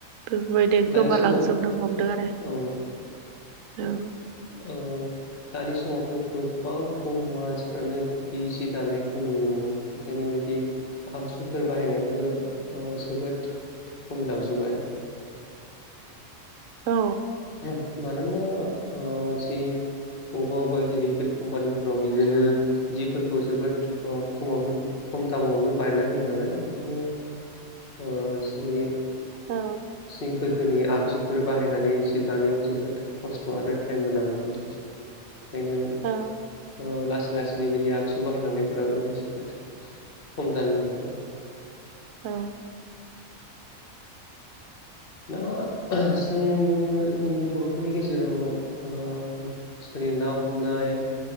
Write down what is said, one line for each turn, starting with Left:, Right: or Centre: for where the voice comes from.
Right: बेफोरबायदिनो
Left: दानि
Right: गोमालांजोबनो
Left: समाव
Right: हमदों आरो
Left: औ
Right: औ
Left: औ दानि समावथ' गोबां खम मानसिफ्रानो बिदि जि दानायखौ नुनो मोनो। ओंखायनो बिदि आगजुफोर बाहायनायाबो ओ जोबोद खमायलांजोबबाय
Right: औ
Left: ओब मानोना जि अबा अबा गिदिर गिदिर कमपानिफ्राव‌ बिदिनो जिफोरखौ जोबोद ओ खमावनो खम दामावनो बायना होयो नालाय ओंखायनो ओ‌ जि
Right: औ।
Left: सि गोदोनि आगजुफोर बाहायनानै जि दानायाव जोबोद खस्थ' आरो टाइमबो नाङोमोन।
Right: <inaudible>
Left: ओंखायनो
Right: औ
Left: ओ लासै लासैनो बिदि आगजु बाहायलांनायफोराबो जोबोद खम जानो हमबाय।
Right: औ।
Left: दा जोंनि बर'फोरनि गेजेराव ओ जेरै ना हमनाय